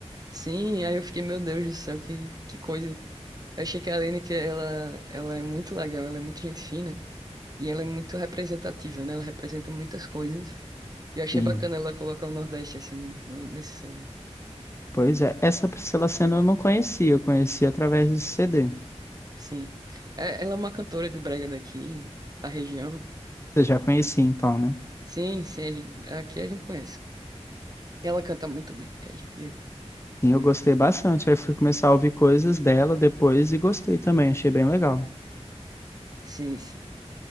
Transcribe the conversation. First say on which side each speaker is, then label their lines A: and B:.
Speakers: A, on the right; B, on the left.
A: Sim, aí eu fiquei, meu Deus do céu, que, que coisa. Eu achei que a Aline, que ela, ela é muito legal, ela é muito gente fina, e ela é muito representativa, né? Ela representa muitas coisas. E eu achei
B: Sim.
A: bacana ela colocar o Nordeste, assim, no, no- nesse CD.
B: Pois é, essa Priscila Senna eu não conhecia, eu conheci através desse CD.
A: Sim. É- ela é uma cantora de brega daqui, da região.
B: Você já conhecia então, né?
A: Sim, sim, a gen- aqui a gente conhece. Ela canta muito bem. A gente,
B: Sim, eu gostei bastante. Aí fui começar a ouvir coisas dela depois e gostei também, achei bem legal.
A: sim, sim.